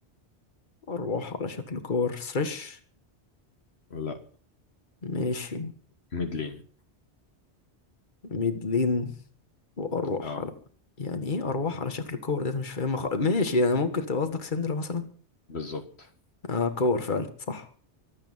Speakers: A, on the left; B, on the left.
A: اروح على شكل كور سريش
B: لا
A: ماشي
B: ميدلين
A: ميدلين واروح
B: اه
A: على يعني ايه اروح على شكل كور ده انا مش فاهمها خالص ماشي يعني ممكن تبقى قصدك سندرا مثلا
B: بالظبط
A: اه كور فعلا صح